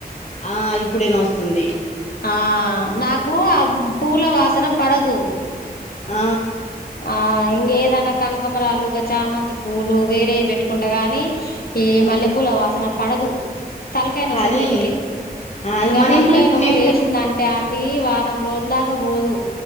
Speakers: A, on the left; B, on the left.
A: ఆ ఇప్పుడు ఇనోస్తుంది.
B: ఆ నాకు ఆ పూల వాసన పడదు
A: ఆ
B: ఆ ఇంక ఏదైనా కనకమ్మరాలు చామంతి పూలు వేరేవి పెట్టుకుంటా గానీ ఏ
A: ఆ
B: మల్లెపూల వాసన పడదు తలకాయ నొసది
A: కానీ
B: దెబ్బకే
A: అది
B: ఇంకా
A: మన
B: ఆ తలకాయ
A: ఇంట్లో ఇప్పుడు
B: నొప్పి
A: నేను
B: లేసింది
A: కట్
B: అంటే అం టి వారం రోజుల దాకా పోదు